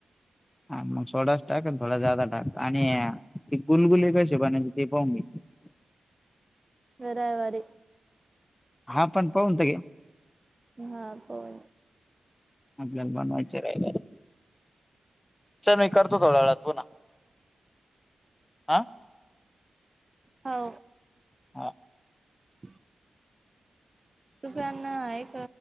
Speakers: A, on the left; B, on the right.
A: हा मग सोडाचं टाक आणि थोडा जादा टाक आणि इक्वल होईल त्या हिशेबाने ते पाहून घे <unintelligible>
B: मी रविवारी
A: हा पण पाहून ते
B: हा पवन
A: आपल्याला बनवायचं राहिलं चल मी करतो थोड्या वेळात. पुन्हा हा
B: हो
A: हा
B: <unintelligible> तुपी आता एक